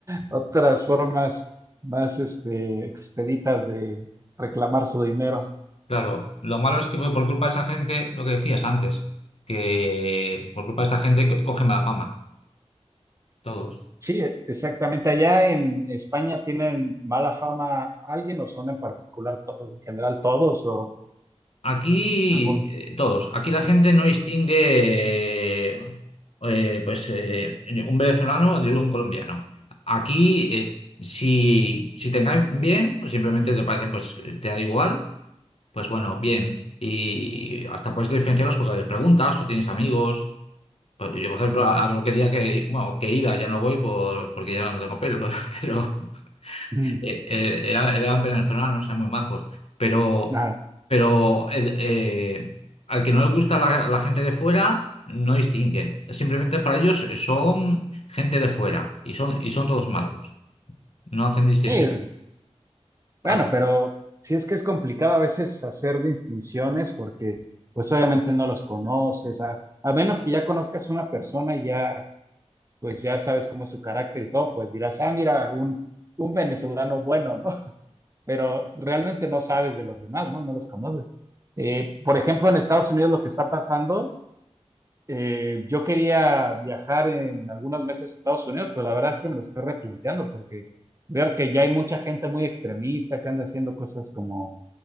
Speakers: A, on the right (about 25°); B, on the left (about 60°).
A: Otras formas más este, expeditas de reclamar su dinero.
B: Claro, lo malo es que por por culpa de esa gente, lo que decías antes, que por culpa de esa gente co- coge mala fama, todos.
A: Sí, e- exactamente. Allá en España tienen mala fama alguien o son en particular, to- en general todos o
B: Aquí,
A: algún...
B: eh, todos, aquí la gente no distingue eh, eh, pues, eh, un venezolano de un colombiano. Aquí, eh, si, si te caen bien, o simplemente te parecen, pues eh, te da igual, pues bueno, bien. Y hasta puedes diferenciarlos porque les preguntas o tienes amigos. Pues Yo, por ejemplo, a a peluquería que, bueno, que iba, ya no voy por, porque ya no tengo pelo, <laughs> pero, pero,
A: <clears throat>
B: eh, eh, era- eran venezolanos, eran muy majos. Pero,
A: Ajá.
B: pero el- eh, al que no le gusta la, la gente de fuera, no distingue. Simplemente para ellos son gente de fuera y son, y son todos malos. No hacen distinción.
A: Sí, Bueno,
B: As-
A: pero sí es que es complicado a veces hacer distinciones porque pues obviamente no los conoces, a, a menos que ya conozcas una persona y ya pues ya sabes cómo es su carácter y todo, pues dirás, ah, mira, un, un venezolano bueno, ¿no? <laughs> Pero realmente no sabes de los demás, ¿no? No los conoces. Eh, por ejemplo, en Estados Unidos lo que está pasando, eh, yo quería viajar en algunos meses a Estados Unidos, pero la verdad es que me lo estoy replanteando porque veo que ya hay mucha gente muy extremista que anda haciendo cosas como